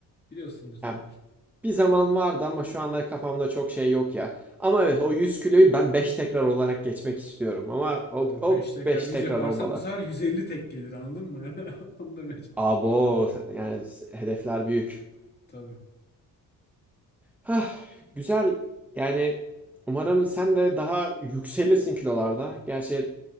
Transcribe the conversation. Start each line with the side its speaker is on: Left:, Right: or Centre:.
Left: biliyorsun sen
Centre: Ya
Left: de.
Centre: bir zaman vardı ama şu anlar kafamda çok şey yok ya. Ama evet o 100 kiloyu ben 5 tekrar olarak geçmek istiyorum. Ama
Left: O
Centre: o, o
Left: 5 tekrar
Centre: 5
Left: 100
Centre: tekrar
Left: yaparsan
Centre: olmalı.
Left: bu sefer 150 tek gelir anladın mı? <laughs> Onu demeye çalışıyorum.
Centre: Abo yani hedefler büyük.
Left: Tabii.
Centre: Hah, güzel. Yani umarım sen de daha yükselirsin kilolarda. Gerçi